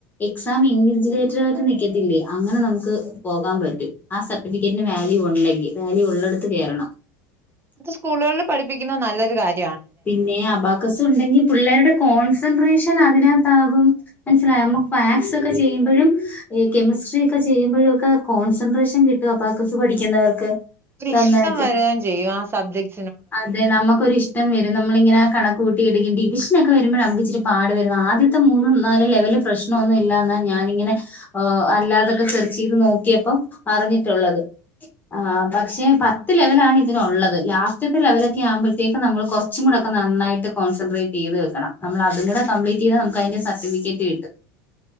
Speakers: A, on the left (about 20°); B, on the right (about 25°).
A: എക്സാം ഇൻവെൻറിലേറ്റർ ആയിട്ട് നിൽക്കത്തില്ലേ അങ്ങനെ നമുക്ക് പോകാൻ പറ്റും. ആ സർട്ടിഫിക്കറ്റിന് വാല്യു ഉണ്ടെങ്കിൽ വാല്യു ഉള്ളിടത്ത് കേറണം
B: സ്കൂളുകളിൽ പഠപ്പിക്കുന്ന നല്ലൊരു കാര്യം
A: പിന്നെ അബാകസ് ഉണ്ടെങ്കിൽ പിള്ളേരുടെ കോൺസെൻട്രേഷൻ അതിനകത്താകും മനസ്സിലായോ നമ്മക്ക് പാസക്കെ ചെയ്യുമ്പോഴും ഈ കെമിസ്ട്രി ഒക്കെ ചെയ്യുമ്പോഴും ഒക്കെ കോൺസെൻട്രേഷൻ കിട്ടൊ അപാക്കസ് പഠിക്കുന്നവർക്ക്
B: ഒരി
A: നന്നായിട്ട്
B: ഇഷ്ടം വരകയും ചെയ്യും ആ സബ്ജക്ട്
A: അതെ നമുക്കൊരിഷ് ഇം വരും നമ്മളിങ്ങനെ കണക്ക് കൂട്ടി എടുക്കും ഡിവിഷനൊക്കെ വരുമ്പോയാ നമുക്ക് ഇച്ചിരി പാട് വരുന്നത് ആദ്യത്തെ മൂന്ന് നാല് ലെവല് പ്രശ് പ്രശ്മൊന്നും ഇല്ലാനാ ഞാനിങ്ങനെ ആഹ് അല്ലാതൊക്കെ സെർച്ച് ചെയ്ത് നോക്കിയപ്പം അറിഞ്ഞിട്ടുള്ളത് ആഹ് പക്ഷെ പത്ത് ലെവല് ആണ് ഇതിനുള്ളത് ലാസ്റ്റ് റ്റ്ത്തെ ലെവലൊക്കെ ആ കുമ്പഴത്തേക്ക് നമ്മള് കുറച്ചും കൂടൊക്ക നന്നായിട്ട് കോൺസെട്രേറ്റ് ചെയ്ത് വെക്കണം. നമ്മള് അതും കൂടെ കംപ്ലീറ്റ് ചെയ്താ നമുക്ക് അതിന്റെ സർട്ടിഫിക്കറ്റ് കിട്ടും.